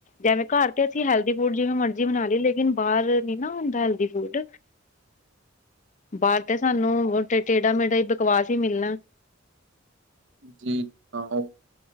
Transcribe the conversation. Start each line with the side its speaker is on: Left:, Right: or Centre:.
Left: ਜਿਵੇਂ ਘਰ ਤੇ ਅਸੀਂ ਹੈਲਦੀ ਫੂਡ ਜਿਵੇਂ ਮਰਜ਼ੀ ਬਣਾ ਲਈ ਲੇਕਿਨ ਬਾਹਰ ਨੀ ਨਾ ਹੁੰਦਾ ਹੈਲਦੀ ਫੂਡ। ਬਾਹਰ ਤੇ ਸਾਨੂੰ ਟੇਢਾ ਮੇਢਾ ਈ ਬਕਵਾਸ ਈ ਮਿਲਣਾ।
Right: ਜੀ ਹਾਂ ਓ